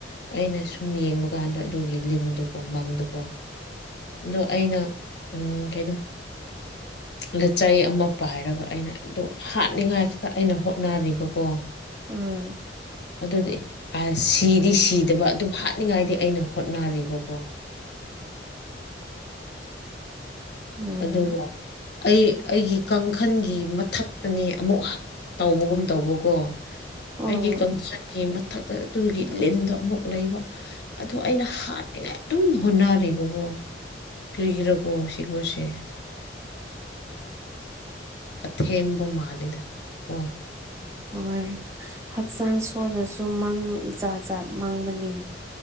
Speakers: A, on the left (about 65°); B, on the right (about 15°).
A: ꯑꯩꯅ ꯁꯨꯝ ꯌꯦꯡꯕ ꯀꯥꯟꯗ ꯑꯗꯨꯒꯤ ꯂꯤꯟꯗꯨꯀꯣ ꯃꯪꯗꯀꯣ ꯑꯗꯣ ꯑꯩꯅ ꯎꯝ ꯀꯩꯅꯣ ꯂꯤꯆꯩ ꯑꯃ ꯄꯥꯏꯔꯒ ꯑꯩꯅ ꯑꯗ‌ꯣ ꯍꯥꯠꯅꯤꯡꯉꯥꯏ ꯈꯛꯇ ꯑꯩꯅ ꯍꯣꯠꯅꯔꯤꯕ ꯄꯣ
B: ꯎꯝ
A: ꯑꯗꯨꯗꯤ ꯑꯁ ꯁꯤꯗꯤ ꯁꯤꯗꯕ ꯑꯗꯨꯝ ꯍꯥꯠꯅꯤꯡꯉꯥꯏꯗꯤ ꯑꯩꯅ ꯍꯣꯠꯅꯔꯤꯕꯀꯣ
B: ꯎꯝ
A: ꯑꯗꯨꯒꯣ ꯑꯩ ꯑꯩꯒꯤ ꯀꯥꯡꯈꯟꯒꯤ ꯃꯊꯛꯇꯅ‌ꯦ ꯑꯃꯨꯛ ꯇꯧꯕꯒꯨꯝ ꯇꯧꯕꯀꯣ
B: ꯑꯣ
A: ꯑꯩꯒꯤ ꯀꯥꯡꯆꯠꯀꯤ ꯃꯊꯛꯇ ꯑꯗꯨꯒꯤ ꯂꯤꯟꯗꯣ ꯑꯃꯨꯛ ꯂꯩꯕ ꯑꯗꯣ ꯑꯩꯅ ꯍꯥꯠꯅꯤꯡꯉꯥꯏ ꯑꯗꯨꯝ ꯍꯣꯠꯅꯔꯤꯕꯀꯣ ꯀ꯭ꯔꯤꯒꯤꯔꯕꯣ ꯁꯤꯒꯨꯝꯕꯁꯦ ꯑꯊꯦꯝꯕ ꯃꯥꯜꯂꯤꯗ ꯀꯣ
B: ꯍꯣꯏ ꯍꯛꯆꯥꯡ ꯁꯣꯜꯂꯁꯨ ꯃꯪ ꯖꯥꯠ ꯖꯥꯠ ꯃꯪꯕꯅ‌ꯦ